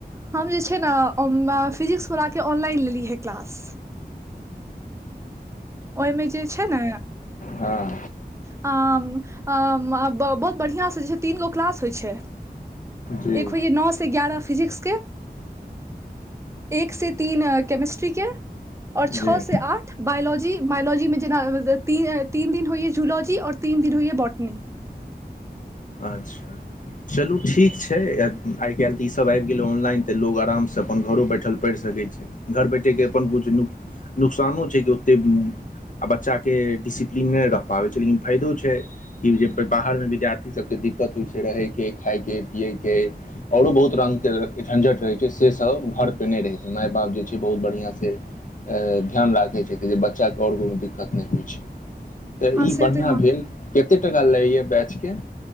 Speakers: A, on the right; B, on the left.
A: हम जे छै ने फिजिक्सवला के ऑनलाइन लेलिय हे क्लास ओहिमे जे छैय न
B: हँ
A: आ आ ब बहुत बढ़िया सँ तीनगो क्लास होए छैय
B: जी
A: एक होइए नओ से ग्यारह फिजिक्स के एक से तीन केमिस्ट्री के आऔर छओ
B: जी
A: से आठ बायोलॉजी लॉजी मे जेना तीन दिन होइय जूलॉजी आर तीन दिन होइए बॉटनी
B: अच्छा चलू ठीक छै आइ काल्हि तऽ ईसभ आबि गेलै ऑनलाइन तऽ लोक आरामसँ से अपन घरो बैठल पढ़ि सकै छै घर बैठयके अपन किछु न नुकसानो छै कि ओत्ते आ बच्चाके डिसिप्लीन नहि र पाबैत छै लेकिन फायदो छै कि जे बाहर मे विद्यार्थी सब के दिक्कत होइ छै रहे के खाय के पियए के औरो बहुत रंग के झंझट रहे छै से सब घरपर नहि रहै छै माय बाप जे छै बहुत बढ़िआँ सँ ध्यान राखैत छै जे बच्चाके आओर कोनो दिक्कत नहि होइ छै तऽ
A: हँ
B: ई
A: से
B: बढ़िआँ
A: तऽ हँ
B: भेल कते टका लैयए बैच के